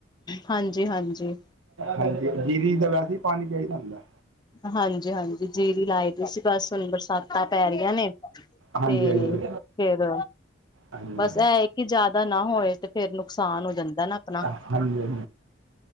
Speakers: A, on the left; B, on the right.
A: ਹਾਂਜੀ- ਹਾਂਜੀ।
B: ਹਾਂਜੀ, ਜੀਰੀ ਦਾ ਵੈਸੇ ਹੀ ਪਾਣੀ ਚਾਹੀਦਾ ਹੁੰਦਾ।
A: ਹਾਂਜੀ- ਹਾਂਜੀ, ਜੀਰੀ ਲਾਈ। ਸੀ ਬਸ ਹੁਣ ਬਰਸਾਤਾਂ ਪੈ ਰਹੀਆਂ ਨੇ, ਤੇ
B: ਹਾਂਜੀ ਹਾਂਜੀ ਹਾਂਜੀ
A: ਫਿਰ
B: ਹਾਂਜੀ
A: ਬਸ ਇਹ ਹੈ ਕਿ ਜ਼ਿਆਦਾ ਨਾ ਹੋਏ, ਤੇ ਫਿਰ ਨੁਕਸਾਨ ਹੋ ਜਾਂਦਾ ਨਾ ਆਪਣਾ।
B: ਹਾਂਜੀ-